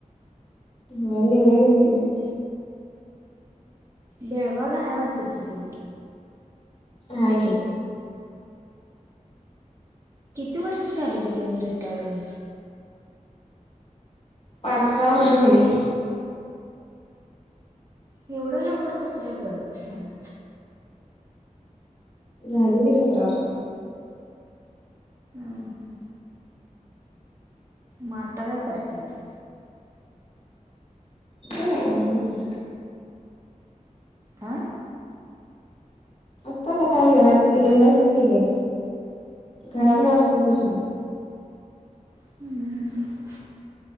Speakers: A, on the left (about 50°); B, on the right (about 20°).
A: हो निम्म्या किमतीतच
B: बेळगावला हाय वाटतं की ते
A: हाय की
B: किती वर्ष झाली ग तिने रिटार्ड होऊन.
A: पाच सहा वर्ष झाली.
B: एवढं लवकर कसं काय ग झालं
A: झाली की सतरा वर्ष
B: अ ह मग आता काय करतत
A: ह
B: हा
A: आता काय घरात गलायच ते काय घरातलं असते किशमत
B: हम् ह